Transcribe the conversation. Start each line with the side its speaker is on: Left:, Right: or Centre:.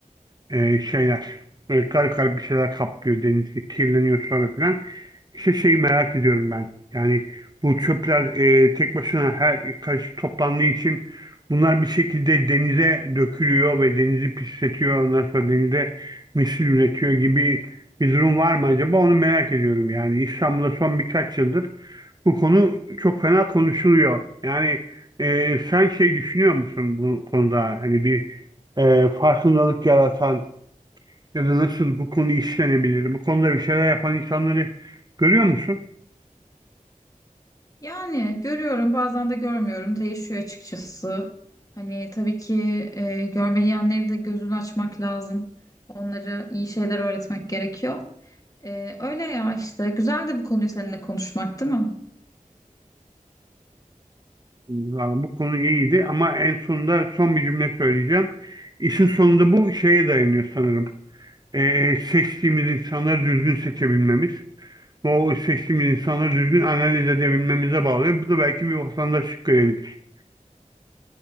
Right: ee, şeyler. Böyle kar kar bir şeyler kaplıyor denizi kirleniyor sonra falan. İşte şeyi merak ediyorum ben. Yani bu çöpler e, tek başına her karışık toplandığı için bunlar bir şekilde denize dökülüyor ve denizi pisletiyor. Ondan sonra denize misil üretiyor gibi bir durum var mı acaba onu merak ediyorum yani. İstanbul'da son birkaç yıldır bu konu çok fena konuşuluyor. Yani e, sen şey düşünüyor musun bu konuda? Hani bir e, farkındalık yaratan ya da nasıl bu konu işlenebilir? Bu konuda bir şeyler yapan insanları görüyor musun?
Left: Yani görüyorum bazen de görmüyorum değişiyor açıkçası. Hani tabii ki e, görmeyenleri de gözünü açmak lazım. Onlara iyi şeyler öğretmek gerekiyor. E, öyle ya işte güzel de bu konuyu seninle konuşmak değil mi?
Right: Vallahi bu konu iyiydi ama en sonunda son bir cümle söyleyeceğim. İşin sonunda bu şeye dayanıyor sanırım. E, seçtiğimiz insanları düzgün seçebilmemiz. Bu seçtiğimiz insanları düzgün analiz edebilmemize bağlıyor. Bu da belki bir vatandaşlık görevidir.